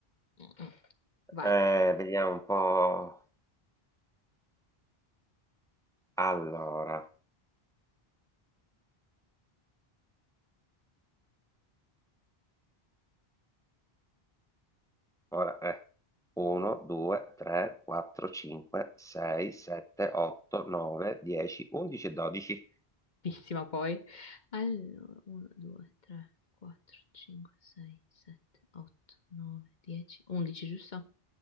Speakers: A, on the left (about 45°); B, in the centre.
A: Mm-mm. Vai,
B: Eh, vediamo un po'. Allora, ora è 1, 2, 3, 4, 5, 6, 7, 8, 9, 10, 11 e 12.
A: cortissima poi. Allora, 1, 2, 3, 4, 5, 6, 7, 8, 9, 10, 11, giusto?